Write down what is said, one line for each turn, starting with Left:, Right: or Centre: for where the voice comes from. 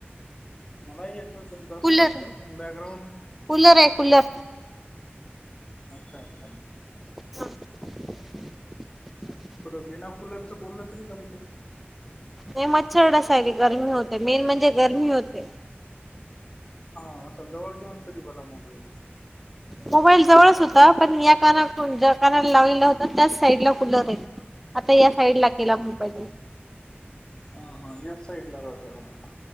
Left: मला येतोय तुमचा
Centre: कुलर
Left: स्पष्ट पण बॅकग्राउंड
Centre: कूलर आहे कूलर
Left: अच्छा अच्छा
Centre: हां
Left: पुढं बीना कुलरच बोलल तरी जमते
Centre: लई मच्छर डसायले गरमी होते, मेन म्हणजे गरमी होते
Left: हा असं जवळ घेऊन तरी बघा मोबाईल म
Centre: मोबाईल जवळच होता पण या कानाकून ज्या कानाला लावलेला होता त्याच साईडला कुलर आहे आता या साईड ला केला मुंबई
Left: हा हा याच साईड ला राहत तुम्हाला